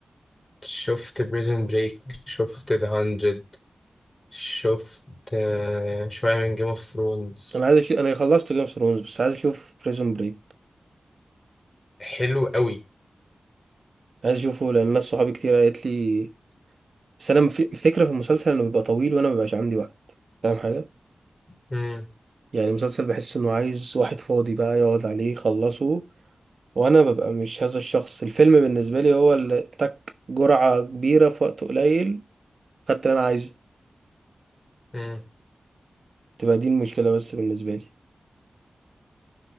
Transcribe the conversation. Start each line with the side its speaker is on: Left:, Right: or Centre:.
Left: شفت بريزن بريك شفت ذا هاندرد شفت آه، شوية من جيم اوف ثرونز
Right: انا عايز أشوف... انا خلصت جيم اوف ثرونز بس عايز اشوف بريزون بريك
Left: حلو قوي
Right: عايز اشوفه لان ناس صحابي كتير قالت لي بس انا مف... فكرة في المسلسل انه بيبقى طويل وانا مبيبقاش عندي وقت فاهم حاجة
Left: مم.
Right: يعني مسلسل بحس انه عايز واحد فاضي بقى يقعد عليه يخلصه وانا ببقى مش هذا الشخص الفيلم بالنسبه لي هو اللي تك جرعه كبيره في وقت قليل خدت اللي انا عايزه
Left: مم.
Right: تبقى دي المشكله بس بالنسبه لي